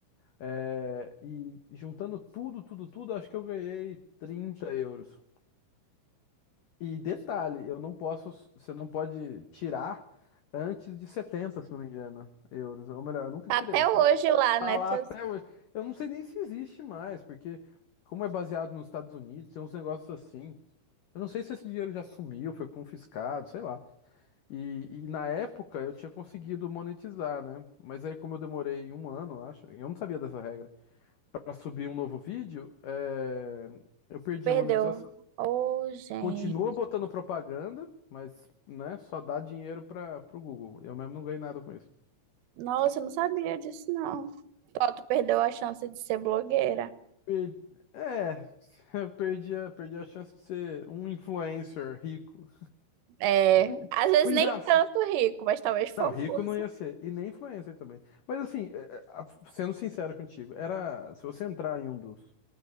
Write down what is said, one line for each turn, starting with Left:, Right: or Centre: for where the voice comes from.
Left: É, e juntando tudo, tudo, tudo, acho que eu ganhei 30 euros. E detalhe, eu não posso, você não pode tirar antes de 70 se não me engano, euros. Ou melhor, eu nunca
Right: Tá
Left: tirei,
Right: Até
Left: tá,
Right: hoje lá,
Left: tá
Right: né?
Left: lá
Right: Tu,
Left: até hoje. Eu não sei nem se existe mais, porque como é baseado nos Estados Unidos, tem uns negócios assim. Eu não sei se esse dinheiro já sumiu, foi confiscado, sei lá. E, e na época eu tinha conseguido monetizar, né? Mas aí, como eu demorei um ano, acho, eu não sabia dessa regra, pra subir um novo vídeo, é, eu perdi
Right: tu perdeu.
Left: a monetização.
Right: Ô, gente.
Left: Continua botando propaganda, mas, né, só dá dinheiro para pro Google. Eu mesmo não ganhei nada com isso.
Right: Nossa, eu não sabia disso, não. Tó, tu perdeu a chance de ser blogueira.
Left: Per- É, <laughs> eu perdi a, perdi a chance de ser um influencer rico.
Right: É,
Left: E O,
Right: às vezes
Left: o engraçado.
Right: nem tanto rico, mas talvez famoso.
Left: Não, rico não ia ser. E nem influencer também. Mas assim, é, é, a- sendo sincero contigo, era. Se você entrar em um dos,